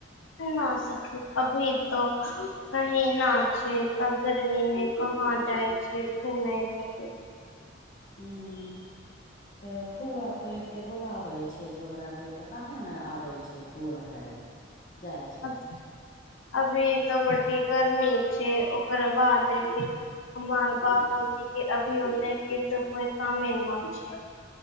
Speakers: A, on the left (about 85°); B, on the left (about 45°).
A: नै सखी अभी तो कही न छै तऽ गर्मी में कहाँ जाय <unintelligible>
B: <unintelligible> तऽ फूआ तो एते बोलाबै छै तोहरा केँ तऽ केँ न आबै छै फूआ घरे जाइ छै
A: <unintelligible> अभी तो बडी गर्मी छै ओकरबाद देखै हमार बाबूजी केँ अभी ओने केँ तऽ कोई कामे ना छै